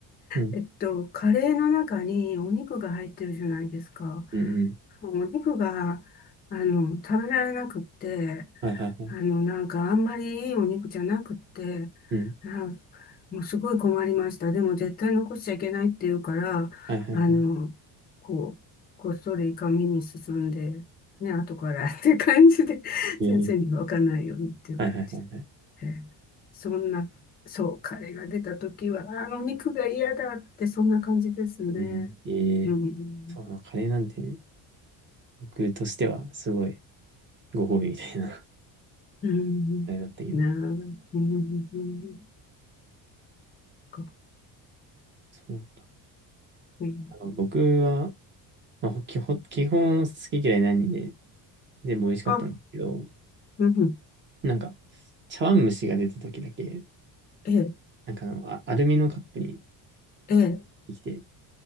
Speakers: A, on the right; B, on the left.
A: うん。
B: えっと、カレーの中にお肉が入ってるじゃないですか。
A: うんうん。
B: お肉が、あの、食べられなくって、
A: はいはいはい。
B: あの、なんか、あんまりいいお肉じゃなくって、
A: うん。
B: なんもうすごい困りました。でも、絶対残しちゃいけないっていうから、
A: はいはいはい。
B: あの、こう、こっそり紙に進んで、ね、後からって感じで、<laughs>
A: ええ。
B: 先生に分かんないようにっていう感じで。
A: はいはいはい。
B: ええそんな、そう、彼が出た時は、あの肉が嫌だって、そんな感じですね。
A: うん。ええ。
B: うん、
A: そうなの、カレーなんてね、僕としてはすごいご褒美みたいな
B: うん、
A: <laughs> あれだったけど。
B: なあ、うん、か
A: そう。
B: うん、
A: あの、僕は、まあ、ほ基本、基本好き嫌いないんで、全部美味しかったんですけど、
B: あ、うん、
A: なんか、茶碗蒸しが出た時だけ、
B: ええ、
A: なんかあの、あアルミのカップに
B: ええ、
A: できて、